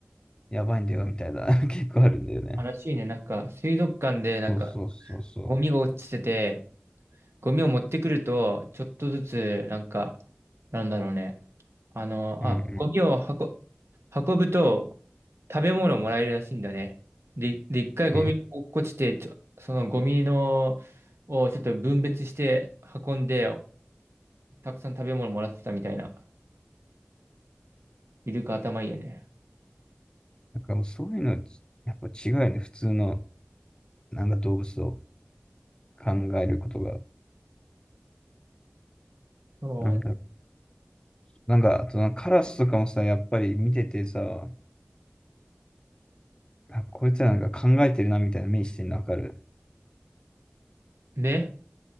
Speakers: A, on the left; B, on the right.
A: やばいんだよみたいな、<laughs> 結構あるんだよね。
B: ほどね。悲しいね。なんか、水族館で、なんか、
A: そうそうそうそ
B: ゴミが落ちてて、ゴミを持ってくると、ちょっとずつ、なんか、なんだろうね。あの、
A: う。うんう
B: あ、ゴミを運、運ぶと、食べ物をもらえるらしいんだね。で、で、一回ゴミ落っこちて、
A: ん。え、
B: ちょ、そのゴミの、をちょっと分別して運んで、たくさん食べ物もらってたみたいな。イルカ頭いいよね。
A: なんかもうそういうのはち、やっぱ違うよね。普通の、なんか動物を考えることが。
B: そう
A: なんだろう。なんか、あとなんかカラスとかもさ、やっぱり見ててさ、あ、こいつらなんか考えてるなみたいな目してるのわかる。
B: ね。